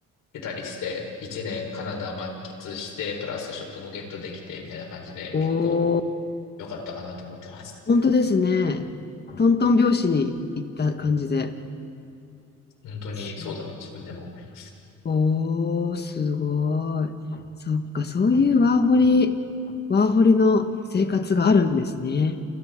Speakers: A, on the left; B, on the left.
A: てたりして、一年カナダ満喫して、プラス職もゲットできて、みたいな感じで、
B: お
A: 結構
B: お、
A: 良かったかなと思ってます。
B: 本当ですね。トントン拍子に行った感じで。
A: うん、本当にそうだと自分でも思います。
B: すおー、すごい。そっか、そういうワーホリ、ワーホリの生活があるんですね。